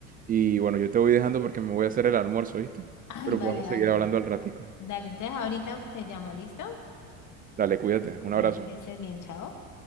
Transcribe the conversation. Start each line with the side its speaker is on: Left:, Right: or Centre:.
Right: Y bueno, yo te voy dejando porque me voy a hacer el almuerzo, ¿viste?
Left: Ay,
Right: Pero
Left: vale,
Right: podemos
Left: vale.
Right: seguir hablando al ratico.
Left: Dale, entonces ahorita te llamo, ¿listo?
Right: Dale, cuídate,
Left: Bueno,
Right: un abrazo.
Left: que estés bien, chao.